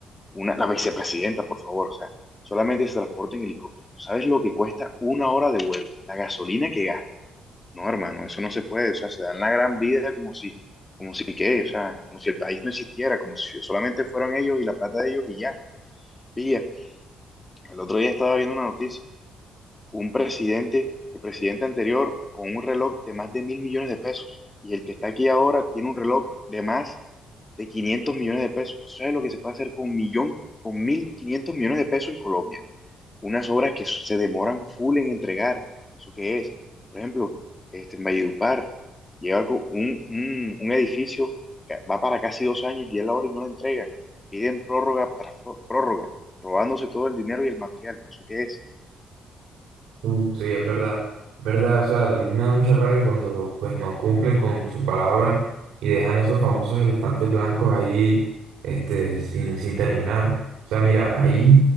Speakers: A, on the left; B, on the right.
A: una, la vicepresidenta, por favor, o sea, solamente se transporta en helicóptero. ¿Sabes lo que cuesta una hora de vuelo? La gasolina que gasta No, hermano, eso no se puede, o sea, se dan la gran vida como si, como si qué, o sea, como si el país no existiera, como si solamente fueron ellos y la plata de ellos y ya. Pilla, el otro día estaba viendo una noticia, un presidente, el presidente anterior, con un reloj de más de mil millones de pesos, y el que está aquí ahora tiene un reloj de más de 500 millones de pesos. ¿Sabes lo que se puede hacer con un millón, con mil quinientos millones de pesos en Colombia? unas obras que se demoran full en entregar. ¿Eso qué es? Por ejemplo, este, en Valledupar lleva co- un, un, un edificio que va para casi dos años y es la hora y no lo entregan. Piden prórroga tras pró- prórroga, robándose todo el dinero y el material. ¿Eso qué es?
B: Uh, Sí, es verdad, verdad, o sea, también me da mucha rabia cuando pues no cumplen con su palabra y dejan esos famosos elefantes blancos ahí, este, sin, sin terminar. O sea, mira, ahí